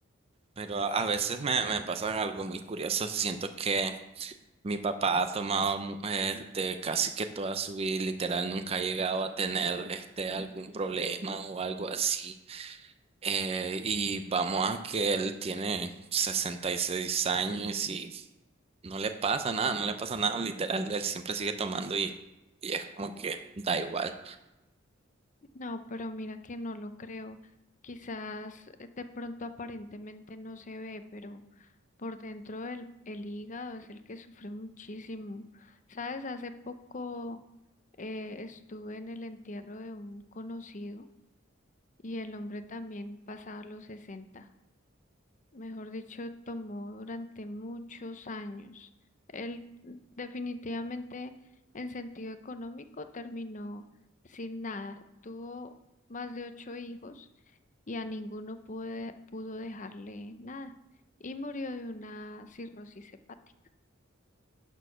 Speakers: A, on the right; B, on the left.
A: pero a a veces me, me pasa algo muy curioso. Siento que mi papá ha tomado mu- este, casi que toda su vida, y literal, nunca ha llegado a tener este, algún problema o algo así. Eh, y vamos a que él tiene 66 años y no le pasa nada, no le pasa nada, literal, él siempre sigue tomando y, y es como que da igual.
B: No, pero mira que no lo creo. Quizás eh, de pronto aparentemente no se ve, pero por dentro el, el hígado es el que sufre muchísimo. ¿Sabes? Hace poco eh, estuve en el entierro de un conocido y el hombre también pasaba los sesenta mejor dicho, tomó durante muchos años. Él definitivamente en sentido económico terminó sin nada. Tuvo más de ocho hijos y a ninguno pude- pudo dejarle nada. Y murió de una cirrosis hepática.